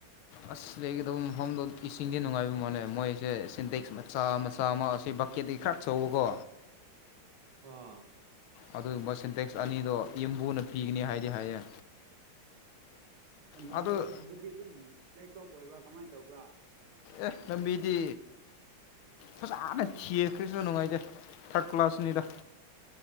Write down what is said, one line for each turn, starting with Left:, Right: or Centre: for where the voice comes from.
Left: ꯑꯁ ꯂꯩꯒꯗꯕ ꯃꯐꯝꯗꯣ ꯏꯁꯤꯡꯁꯦ ꯅꯨꯡꯉꯥꯏꯕ ꯃꯂꯦ ꯃꯣꯏꯁꯦ ꯁꯤꯟꯇꯦꯛꯁ ꯃꯆꯥ ꯃꯆꯥ ꯑꯃ ꯑꯁꯤ ꯕꯛꯀꯦꯠꯇꯤ ꯈꯔ ꯆꯧꯕꯀꯣ
Right: ꯑꯣ
Left: ꯑꯗꯨꯒꯨꯝꯕ ꯁꯤꯟꯇꯦꯛꯁ ꯑꯅꯤꯗꯣ ꯌꯨꯝꯕꯨꯅ ꯄꯤꯒꯅꯤ ꯍꯥꯏꯗꯤ ꯍꯥꯏꯌꯦ
Right: ꯂꯝꯕꯤꯒꯨꯝꯕꯗꯤ
Left: ꯑꯗꯨ
Right: ꯑꯗꯨꯝ ꯂꯦꯛꯇꯣꯞ ꯑꯣꯏꯕ꯭ꯔꯥ ꯀꯃꯥꯏ ꯇꯧꯕ꯭ꯔꯥ
Left: ꯑꯦ ꯂꯝꯕꯤꯗꯤ ꯐꯖꯅ ꯊꯤꯈ꯭ꯔꯁꯨ ꯅꯨꯡꯉꯥꯏꯗꯦ ꯊꯥꯔꯠ ꯀ꯭ꯂꯥꯁꯅꯤꯗ